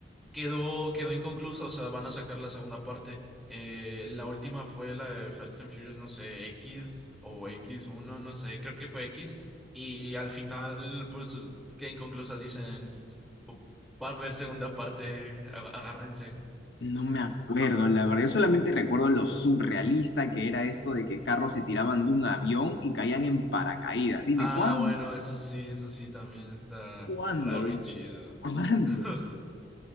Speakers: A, in the centre; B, on the left (about 70°).
A: quedó, quedó inconclusa, o sea, van a sacar la segunda parte. Eh, la última fue la de Fast and Furious, no sé, X o x uno no sé, creo que fue X. Y al final, pues, queda inconclusa, dicen, va a haber segunda parte, ag- agárrense.
B: No me acuerdo, la verdad. Yo solamente recuerdo lo surrealista que era esto de que carros se tiraban de un avión y caían en paracaídas. Dime,
A: Ah,
B: ¿cuándo?
A: bueno, eso sí, eso sí, también está
B: ¿Cuándo?
A: raro
B: Dime,
A: y chido.
B: ¿cuándo?
A: <laughs>
B: <laughs>